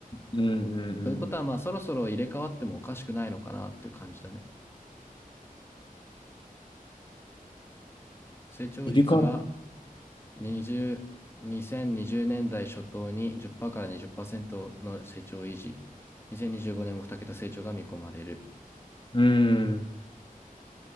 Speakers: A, on the left (about 35°); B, on the left (about 15°).
A: うんうんう
B: ということは、
A: ん。
B: まあ、そろそろ入れ替わってもおかしくないのかなっていう感じだね。成長率は
A: 入れ替わら
B: 20、2020年代初頭に10%から20%の成長維持。2025年も2桁成長が見込まれる。
A: うーん。